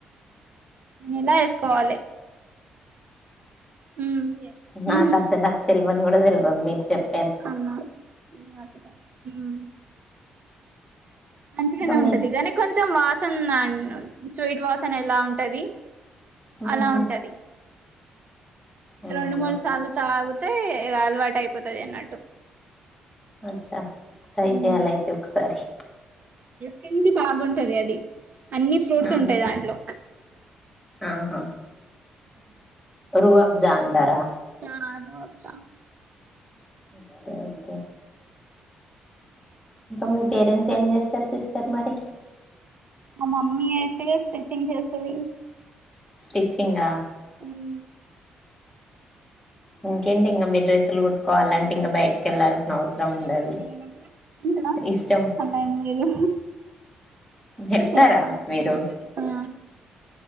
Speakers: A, on the right; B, on the left.
A: ఇలా వేసుకోవాలి ఉమ్
B: నాకాసల్
A: ఉహు
B: అది తెల్వ వన్ గూడ తెల్వద్ మిక్ చెప్
A: అవునా <unintelligible> ఉమ్ మంచిగానే
B: ఇంకా మీస్
A: ఉంటది గానీ కొంచెం వా <unintelligible> స్వీట్ వాసన్ ఎలా ఉంటది
B: ఉహు
A: అలా ఉంటది
B: అవునా
A: రెండు మూడు సార్లు తాగు తే అలవాటు అయిపోతది అన్నట్టు
B: అచ్చా ట్రై
A: ఉమ్
B: చేయాలి అయితే ఒకసారి
A: తింటే బాగుంటది అది అన్ని ఫ్రూట్స్
B: అవునా
A: ఉంటాయి దాంట్లో
B: ఆహా రువాబ్ జా అంటారా
A: ఆ దోప్త
B: ఓకే ఓకే ఇంకా మీ పేరెంట్స్ ఏం చేస్తారు సిస్టర్ మరి
A: మా మమ్మీ అయితే స్టిచ్చింగ్ జేస్తది
B: స్టిట్చింగా
A: ఉ
B: ఇంకేంటి ఇంకా మీ డ్రెస్సులు కుట్టుకోవాలంటే ఇంకా బయట్కి వెళ్ళాలిసి అవసరం
A: ఆ
B: ఉండదు
A: నేను కూడా తింటా
B: ఇష్టం
A: అలా ఏం లేదు
B: వెళ్తారా
A: ఎక్కువ మమ్మీ
B: మీరు
A: కొడుతది ఆ